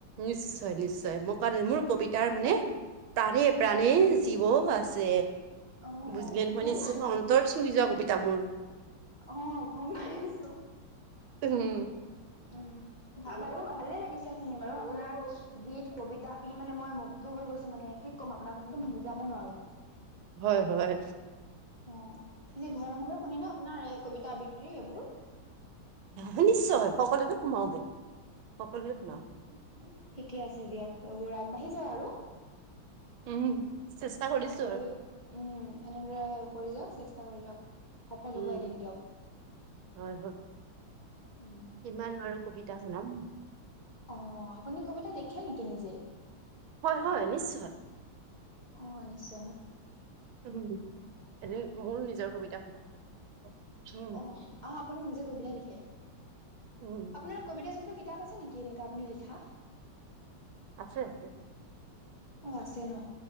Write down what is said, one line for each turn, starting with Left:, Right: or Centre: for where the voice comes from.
Right: নিশ্চয় নিশ্চয় মোৰ কাৰণ মোৰ কবিতাৰ মানে প্ৰাণেই প্ৰাণেই জীব আছে।
Left: অ
Right: বুজিলে নহয়
Left: গম
Right: নিশ্চয় অন্তৰ চুঙি যোৱা কবিতা মোৰ।
Left: অ' গম পাই আছোঁ।
Right: হম।
Left: উম বাৰু ভালে লাগিছে শুনি বাৰু আপোনাৰ গীত কবিতা শুনি মানে মই মুগ্ধ হৈ গৈছো মানে কি ক'ম আপোনাক একদম বুজাব নোৱাৰো।
Right: হয় হয়।
Left: অ' এনে ঘৰৰ মানুহবোৰে শুনে ন আপোনাৰ এই কবিতা আবৃত্তি এইবোৰ?
Right: অ নিশ্চয় সকলোতে সোমাব। সকলোতে
Left: অ'
Right: শুনাও
Left: ঠিকে আছে দিয়ক এইবোৰ আগবাঢ় আহি যাওক আৰু।
Right: উম, চেষ্টা কৰিছো
Left: আগলৈ
Right: আৰু
Left: উম এনেদৰে আহে কৰি যাওক চেষ্টা কৰি যাওক। সফল
Right: উম
Left: হবই এদিন দিয়ক।
Right: হয় হয়
Left: উম,
Right: কিমান বাৰু কবিতা শুনাম
Left: অ'। অ আপুনি কবিতা লিখে নেকি নিজেই?
Right: হয় হয় নিশ্চয়।
Left: অ, নিশ্চয় ন?
Right: উম, এদিন মোৰ নিজৰ কবিতা শুনাম। উম
Left: অহ আহ আপুনি নিজে কবিতা লিখে?
Right: উম
Left: আপোনাৰ কবিতা চবিতা কিতাপ আছে নেকি এনেকা আপুনি লিখা?
Right: আছে, আছে।
Left: অ', আছে ন?